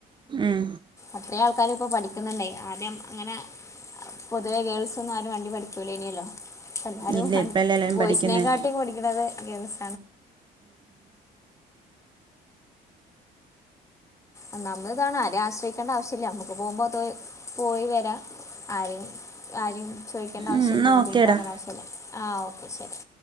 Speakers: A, on the right (about 30°); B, on the left (about 20°).
A: ഉം
B: അത്രേം ആൾക്കാര് ഇപ്പം പഠിക്ക്ന്ന്ണ്ടേ ആദ്യം അങ്ങെനെ പൊതുവേ ഗേൾസാെന്നും ആരും വണ്ടി പഠിക്കൂലേന്യല്ലോ പ്പെല്ലാരും
A: ഇല്ല
B: അഹ്
A: ഇപ്പോഴല്ലേ എല്ലാവരും
B: ബോയ്സിനേക്കാട്ടിം
A: പഠിക്കുന്നത്
B: പഠിക്ക്ണെത് ഗേൾസ് ഒന്നാമത്‌താണ് ആരേം ആശ്രയ്ക്കേണ്ട ആവശ്യല്ല്യാ മ്ക്ക് പോകുമ്പോ ത് പോയി വെരാ ആരേയും ആരിം ചോയ്ക്കേണ്ട ആവശ്യല്ല്യ
A: എന്നാൽ
B: ബുദ്ധിമുട്ടാക്കണ്ട
A: ഓക്കേടാ
B: ആവശ്യല്ല്യാ ആഹ് ഓക്കെ ശെരി